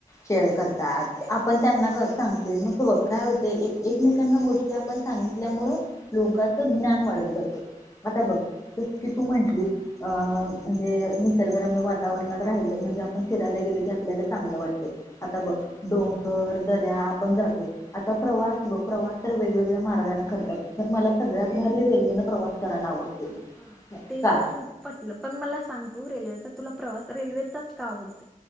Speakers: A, on the left; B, in the centre.
A: शेअर करतात आपण त्यांना कर सांगतोय मग हे बघ काय होतय एक एकमेकांना गोष्टी आपण सांगितल्यामुळं लोकांचं ज्ञान वाढत जातय. आता बघ जस की तू म्हंटलीस अं म्हणजे निसर्गरम्य वातावरणात राहिलं म्हणजे आपण फिरायला गेलो की आपल्याला चांगलं वाटतं, आता बघ
B: होय
A: डोंगर दऱ्या आपण जातो आता प्रवास बघ प्रवास तर वेगवेगळ्या मार्गाने करतात तर मला सगळ्यात भारी रेल्वेनं प्रवास करायला आवडतो.
B: हा
A: का
B: ते मला तुझ पटलं, पण मला सांग तू रेल्वेचा तुला प्रवास रेल्वेचाच का आवडतो.